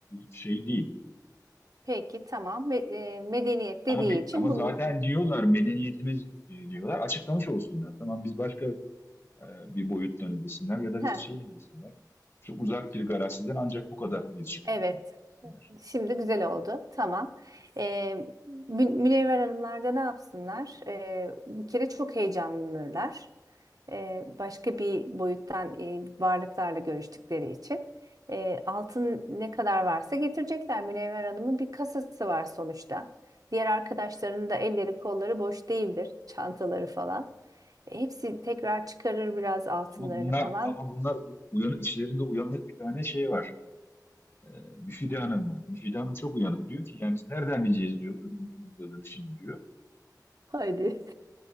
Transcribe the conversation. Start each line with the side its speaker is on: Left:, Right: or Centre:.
Left: şey değil.
Right: Peki tamam. Me- e, medeniyet dediği
Left: Ama
Right: için
Left: ama
Right: bunun
Left: zaten diyorlar medeniyetimiz e, diyorlar. Açıklamış olsunlar. Tamam biz başka e, bir boyuttan izlesinler ya da
Right: Heh,
Left: biz şey izlesinler. Çok uzak bir galaksiden ancak bu kadar iletişim kurabiliyorlar.
Right: evet. Şimdi güzel oldu. Tamam. Ee, Mü- Münevver Hanımlar da ne yapsınlar? Ee, bir kere çok heyecanlanırlar. Ee, başka bir boyuttan e, varlıklarla görüştükleri için. Ee, altın ne kadar varsa getirecekler. Münevver Hanım'ın bir kasası var sonuçta. Diğer arkadaşlarının da elleri kolları boş değildir. <laughs> Çantaları falan. E, hepsi tekrar çıkarır biraz altınlarını
Left: Ama bunlar
Right: falan.
Left: ama bunlar uyan, içlerinde uyanık bir tane şey var. E, Müfide Hanım var. Müfide Hanım çok uyanık diyor ki yani biz nereden bileceğiz diyor ürünün şimdi diyor.
Right: Haydi.